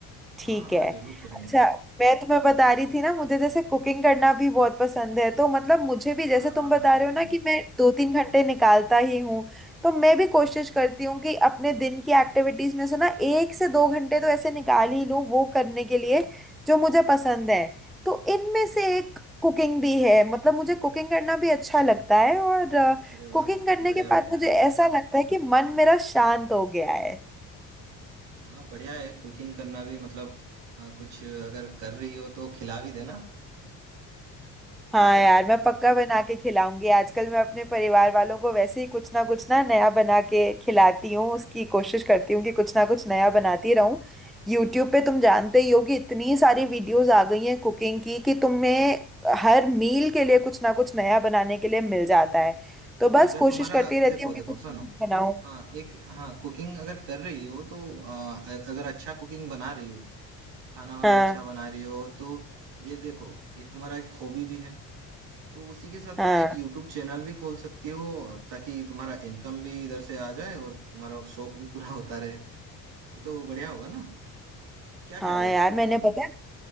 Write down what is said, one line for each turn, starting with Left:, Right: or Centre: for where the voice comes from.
Centre: ठीक
Right: हाँ, हाँ,
Centre: है
Right: ज़रूर करेंगे।
Centre: अच्छा मैं तुम्हें बता रही थी ना मुझे जैसे कुकिंग करना भी बहुत पसंद है तो मतलब मुझे भी जैसे
Right: हाँ, हाँ,
Centre: तुम बता
Right: हाँ,
Centre: रहे
Right: कुकिंग।
Centre: हो ना कि मैं दो तीन घंटे निकालता ही हूँ तो मैं भी कोशिश करती हूँ कि अपने दिन की एक्टिविटीज में से ना एक से दो घंटे तो ऐसे निकाल ही लूँ वो करने के लिए जो मुझे पसंद है तो इनमें से एक कुकिंग भी है मतलब मुझे कुकिंग करना भी अच्छा लगता है और
Right: अरे
Centre: कुकिंग
Right: वाह!
Centre: करने
Right: बढ़िया,
Centre: के बाद
Right: बढ़िया।
Centre: मुझे ऐसा लगता है कि मन मेरा शांत हो गया है
Right: हाँ, बढ़िया है कुकिंग करना भी मतलब अ, कुछ अगर कर रही हो तो खिला भी देना। <laughs> ठीक
Centre: हाँ
Right: है?
Centre: यार मैं पक्का बना के खिलाऊंगी आजकल मैं अपने परिवार वालों को वैसे ही कुछ ना कुछ ना नया बना के खिलाती हूँ उसकी कोशिश करती हूँ कि कुछ ना कुछ नया बनाती रहूँ यूट्यूब पे तुम जानते ही हो कि इतनी सारी वीडियोस आ गई हैं कुकिंग की कि तुम्हें हर मील के लिए कुछ ना कुछ नया बनाने के लिए मिल जाता
Right: देखिए,
Centre: है तो बस
Right: अगर
Centre: कोशिश
Right: तुम्हारा
Centre: करती रहती
Right: देखो,
Centre: हूँ
Right: देखो
Centre: कि कुछ
Right: सुनो।
Centre: ना कुछ बनाऊँ
Right: हाँ, एक हाँ, कुकिंग अगर कर रही हो तो अ, अ, अगर अच्छा कुकिंग बना रही हो, खाना-वाना
Centre: हाँ
Right: अच्छा बना रही हो तो ये देखो, एक तुम्हारा एक हॉबी भी है। तो उसी के साथ
Centre: हाँ
Right: तुम एक यूट्यूब चैनल भी खोल सकती हो ताकि तुम्हारा इनकम भी इधर से आ जाए और तुम्हारा शौक भी पूरा होता रहे ये तो बढ़िया होगा ना क्या
Centre: हाँ
Right: ख्याल है
Centre: यार
Right: इसके
Centre: मैंने
Right: बारे
Centre: पता
Right: में
Centre: है